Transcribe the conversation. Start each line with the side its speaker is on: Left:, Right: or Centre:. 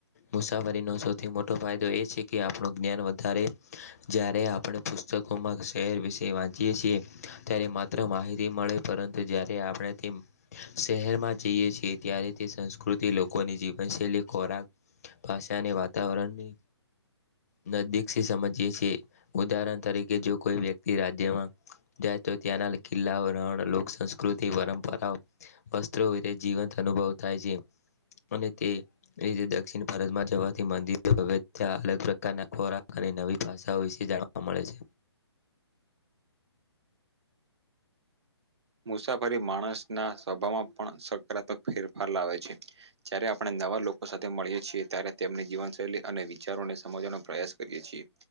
Left: મુસાફરીનો સૌથી મોટો ફાયદો એ છે, કે આપણો જ્ઞાન વધારે જ્યારે આપણે પુસ્તકોમાં ધસી શહેર વિશે વાંચીએ છીએ, ત્યારે માત્ર માહિતી મળે, પરંતુ જ્યારે આપણે તેમ શહેરમાં જઈએ છીએ ત્યારે કૃતિ લોકોની જીવનશૈલી, ખોરાક, ભાસાની, વાતાવરણની. નદીકથી સમજીએ છીએ, ઉદાહરણ તરીકે જો કોઈ વ્યક્તિ રાજ્યમાં જાય તો ત્યાંના કિલ્લાઓ, રણ, લોકસસ્કૃ કૃતિ, પરંપરા, વસ્ત્રો વિતે જીવંત અનુભવ થાય છે, અને તે એ જે દક્ષિણ ભારતમાં જવાથી, મંદિરો, <unintelligible> ત્યાં અલગ પ્રકારના ખોરાક અને નવી ભાષાઓ વિશે જાણવા અ મળે છે.
Right: મુસાફરી માણસના સ્વભાવમાં પણ સકારાત્મક ફેરફાર લાવે છે. જય્યારે આપણે નવા લોકો સાથે મળીએ છીએ, ત્યારે તેમની જીવનશૈલી અને વિચારોને સમજવાનો પ્રયાસ કરીએ છીએ.